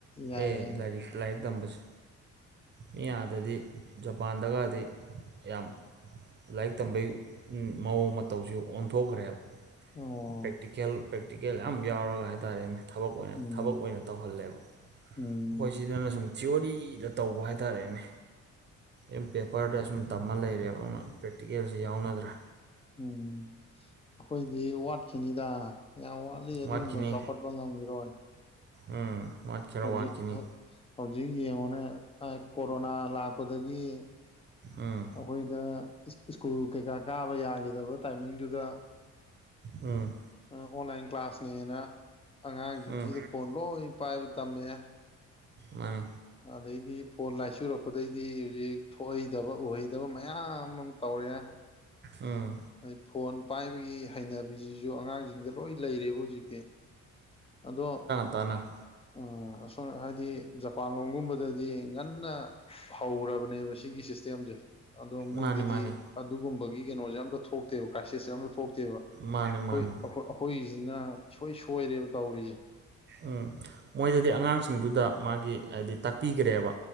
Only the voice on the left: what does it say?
ꯌꯥꯏ
ꯌꯥꯏ
ꯑꯣ
ꯎꯝ
ꯎꯝ
ꯎꯝ ꯑꯩꯈꯣꯏꯗꯤ ꯋꯥꯠꯈꯤꯅꯤꯗ ꯌꯥꯝ ꯋꯥꯠꯂꯤ ꯑꯗꯨꯒꯨꯝꯕ
ꯆꯥꯎꯈꯠꯄ ꯉꯝꯈꯤꯔꯣꯏ
ꯍꯧꯖꯤꯛ
ꯍꯧꯖꯤꯛ ꯌꯦꯡꯉꯣꯅꯦ ꯀꯣꯔꯣꯅꯥ ꯂꯥꯛꯄꯗꯒꯤ
ꯑꯩꯈꯣꯏꯗ ꯁ꯭ꯀꯨꯜ ꯀꯩꯀꯥ ꯀꯥꯕ ꯌꯥꯈꯤꯗꯕ ꯇꯥꯏꯃꯤꯡꯗꯨꯗ
ꯑ ꯑꯣꯟꯂꯥꯏꯟ ꯀ꯭ꯂꯥꯁꯅꯦꯅ ꯑꯉꯥꯡꯁꯤꯡꯁꯤꯗ
ꯐꯣꯟ ꯂꯣꯏ ꯄꯥꯏꯕ ꯇꯝꯃꯛꯑꯦ
ꯑꯗꯩꯗꯤ ꯐꯣꯟ ꯂꯥꯏꯆꯨꯔꯛꯄꯗꯩꯗꯤ ꯍꯧꯖꯤꯛ ꯊꯣꯛꯍꯩꯗꯕ ꯎꯍꯩꯗꯕ ꯃꯌꯥꯝ ꯑꯃ ꯇꯧꯔꯦ
ꯑꯩ ꯐꯣꯟ ꯄꯥꯏꯕꯒꯤ ꯍꯩꯅꯕꯤꯁꯤꯁꯨ ꯑꯉꯥꯡꯁꯤꯡꯗ ꯂꯣꯏ ꯂꯩꯔꯦꯕ ꯍꯧꯖꯤꯛꯇꯤ ꯑꯗꯣ
ꯎ ꯑꯁꯣꯟ ꯍꯥꯏꯗꯤ ꯖꯄꯥꯟ ꯂꯣꯝꯒꯨꯝꯕꯗꯗꯤ ꯉꯟꯅ ꯍꯧ꯭ꯔꯕꯅꯦꯕ ꯁꯤꯒꯤ ꯁꯤꯁꯇꯦꯝꯁꯦ ꯑꯗꯣ ꯃꯣꯏꯗꯗꯤ
ꯑꯗꯨꯒꯨꯝꯕꯒꯤ ꯀꯩꯅꯣꯁꯦ ꯑꯝꯇ ꯊꯣꯛꯇꯦꯕ ꯀ꯭ꯔꯥꯏꯁꯤꯁꯁꯦ ꯑꯇ ꯊꯣꯛꯇꯦꯕ ꯑꯩꯈꯣꯏꯈ
ꯑꯩꯈꯣꯏꯒꯤꯁꯤꯅ ꯁꯨꯡꯣꯏ ꯁꯣꯏꯔꯦꯕ ꯇꯧꯔꯤꯁꯦ